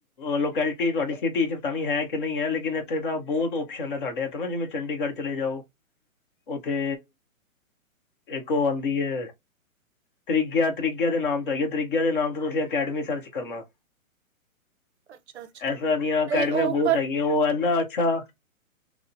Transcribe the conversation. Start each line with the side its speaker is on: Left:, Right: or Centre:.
Left: ਲੋਕੈਲਿਟੀ, ਤੁਆਡੀ ਸਿਟੀ ਚ ਪਤਾ ਨੀ ਹੈ ਕੇ ਨਹੀ ਹੈ ਲੇਕਿਨ ਏ ਉਥੇ ਤਾਂ ਬੋਤ ਓਪਸ਼ਨ ਐ, ਸਾਡੇ ਐਥੇ ਨਾ ਜਿਵੇਂ ਚੰਡੀਗੜ ਚਲੇ ਜਾਓ, ਓਥੇ ਇੱਕ ਓ ਆਂਦੀ ਏ ਤ੍ਰਰੀਗਿਆ, ਤ੍ਰਰੀਗਿਆ ਦੇ ਨਾਮ ਤੋਂ ਹੈਗੀ ਐ, ਤ੍ਰਰੀਗਿਆ ਦੇ ਨਾਮ ਤੋਂ ਤੂਸੀ ਅਕੈਡਮੀ ਸਰਚ ਕਰਨਾ।
Right: ਅੱਛਾ ਅੱਛਾ
Left: ਐਸ ਤਰਾਂ ਦੀਆਂ ਅਕੈਡਮੀਆਂ
Right: ਨਹੀਂ ਉਹ
Left: ਬੋਤ
Right: ਪਰ
Left: ਹੈਗੀਆਂ, ਓ ਐਨਾ ਅੱਛਾ